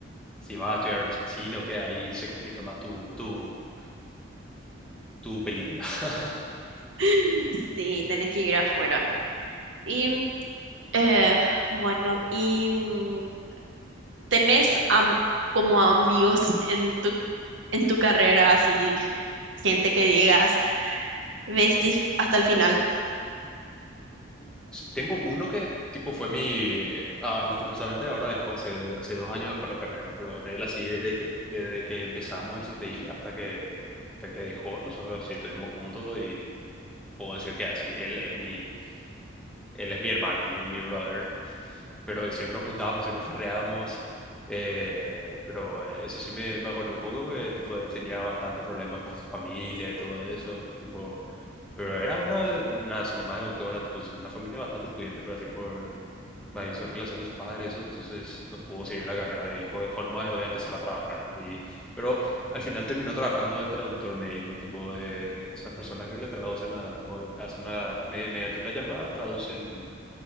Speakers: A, in the centre; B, on the right.
A: si vas a estudiar, no sé, cine o qué, ahí se complica más tu, tu, tu película. <laughs>
B: <laughs> Sí, tenés que ir afuera. Y mm, eh, bueno, y mm, tenés am- como amigos en tu en tu carrera, así gente que digas, vestis hasta el final.
A: Sí, Tengo uno que, tipo, fue mi... Ah, lastimosamente ahora dejó, hace, hace dos años dejó la carrera, pero él así desde que, desde que empezamos el CPI hasta que, hasta que dejó, nosotros así estuvimos juntos y puedo decir que así, él es mi él es mi hermano, mi, mi brother. Pero siempre nos juntábamos, siempre farreábamos. eh, pero eso sí me, me acordé un poco porque tipo, él tenía bastantes problemas con su familia y todo eso. Tipo, pero era una, una- su mamá es doctora, tipo, es una familia bastante pudiente, pero así por más bien su relación con su padre, eso, entonces no pudo seguir la carrera. Dijo, dejó nomás, voy a empezar a trabajar. Y, pero al final terminó trabajando de traductor médico, tipo de esas personas que le traducen a, tipo, hacen una, me- mediante una llamada traducen